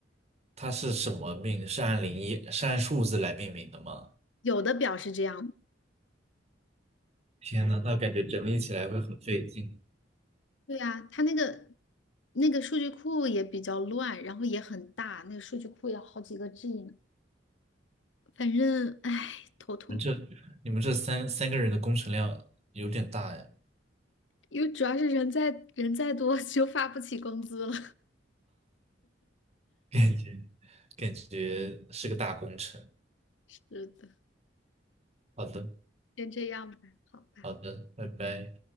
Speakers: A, on the right (about 35°); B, on the left (about 85°).
A: 它是什么命，是按零一，是按数字来命名的吗？
B: 有的表是这样，
A: 天呐，那感觉整理起来会很费劲。
B: 对呀，它那个。那个数据库也比较乱，然后也很大，那个数据库要好几个 G 呢。反正，唉，头痛。
A: 你们这你们这三三个人的工程量有点大呀，
B: 因为主要是人再人再多 <laughs> 就发不起工资了。
A: 感觉感觉是个大工程。
B: <laughs> 是的，
A: 好的，
B: 先这样吧，好吧。
A: 好的，拜拜。